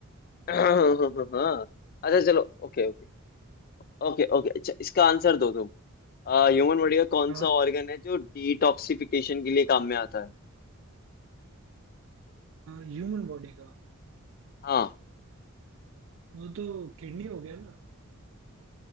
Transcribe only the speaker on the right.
हाँ
ह्यूमन बॉडी का
वो तो किडनी हो गया ना